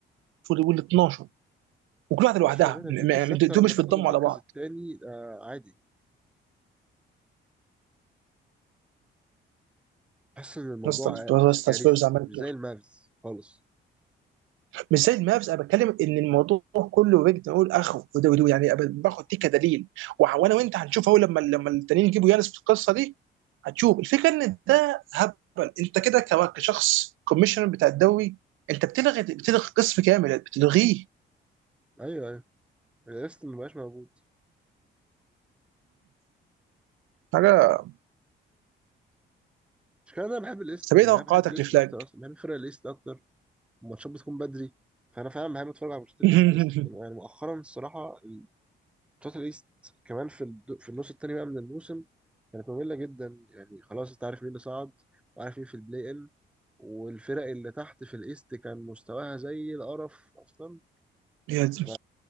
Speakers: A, on the right; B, in the centre.
A: وال 12 وكل واحده لوحدها
B: ماشي يا مان البيك
A: م-
B: السادسة
A: م- دول
B: لما
A: مش
B: تاخد
A: بيتضموا
B: المركز
A: على بعض
B: التاني آه عادي حاسس ان الموضوع
A: يا اسطى
B: آه،
A: يا اسطى
B: كارثي
A: سبيرز عملت
B: مش زي المافز خالص
A: مش زي المابس انا بتكلم ان الموضوع كله وجد نقول اخو وده وده يعني أبقى باخد دي كدليل وع- وانا وانت هنشوف اهو لما لما التانيين يجيبوا يانس في القصه دي هتشوف الفكره ان ده هبل انت كده ك- كشخص كوميشنر بتاع الدوري انت بتلغي بتلغي قسم كامل بتلغيه
B: ايوه ايوه الايست مبقاش موجود
A: حاجه
B: مش كده انا بحب الايست
A: طب ايه
B: يعني
A: توقعاتك
B: انا بحب الايست
A: لفلاج؟
B: اكتر اصلا بحب فرق الايست اكتر الماتشات بتكون بدري فانا فعلا بحب اتفرج على ماتشات الايست
A: <laughs>
B: بس يعني مؤخرا الصراحة ماتشات الايست كمان في الد... في النص التاني بقى من الموسم كانت مملة جدا يعني خلاص انت عارف مين اللي صعد وعارف مين في البلاي ان والفرق اللي تحت في الايست كان مستواها زي القرف اصلا
A: يا دي.
B: ف